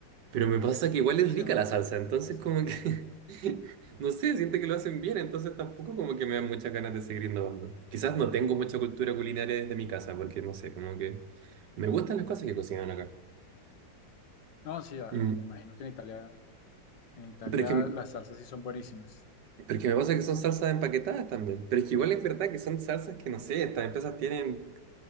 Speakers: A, on the right; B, on the left.
A: Pero me pasa que igual es
B: sí,
A: rica
B: un
A: la salsa, entonces
B: fresco.
A: como que, <laughs> no sé, siento que lo hacen bien, entonces tampoco como que me dan muchas ganas de seguir innovando. Quizás no tengo mucha cultura culinaria desde mi casa, porque no sé, como que me gustan las cosas que cocinan acá.
B: No, sí, a-
A: Mm,
B: me imagino que en Italia, en Italia
A: Pero es que,
B: las salsas sí son buenísimas.
A: pero es que me pasa que son salsas empaquetadas también, pero es que igual es verdad que son salsas que, no sé, estas empresas tienen